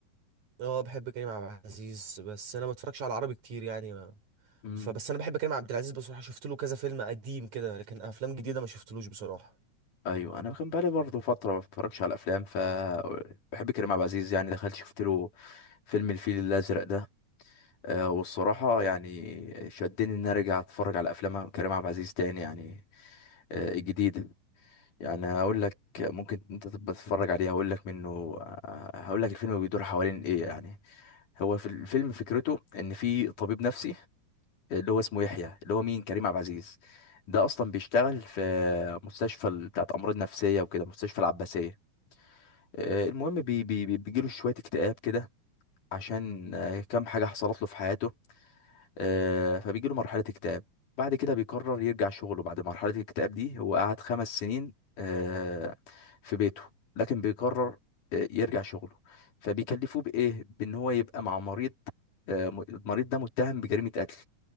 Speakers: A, on the right; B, on the left.
A: اه بحب كريم عبد العزيز بس انا ما بتفرجش على العربي كتير يعني ما.
B: امم
A: فبس انا بحب كريم عبد العزيز بصراحه شفت له كذا فيلم قديم كده لكن افلام جديده ما شفتلوش بصراحه
B: ايوه انا كان بقالي برضو فترة ما بتفرجش على افلام ف بحب كريم عبد العزيز يعني دخلت شفت له فيلم الفيل الازرق ده آه والصراحة يعني شدني ان انا ارجع اتفرج على افلام كريم عبد العزيز تاني يعني آه جديدة يعني هقول لك ممكن انت تبقى تتفرج عليه هقول لك منه هقول لك الفيلم بيدور حوالين ايه يعني هو في الفيلم فكرته ان في طبيب نفسي اللي هو اسمه يحيى اللي هو مين كريم عبد العزيز ده اصلا بيشتغل في مستشفى ال- بتاعت امراض نفسيه وكده مستشفى العباسيه آه، المهم بي بي بي- بيجيله شويه اكتئاب كده عشان آه، كام حاجه حصلت له في حياته آه، فبيجي له مرحلة اكتئاب بعد كده بيقرر يرجع شغله بعد مرحلة الاكتئاب دي هو قعد خمس سنين آه، في بيته لكن بيقرر آه، يرجع شغله فبيكلفوه بإيه؟ بإن هو يبقى مع مريض آه، م- المريض ده متهم بجريمة قتل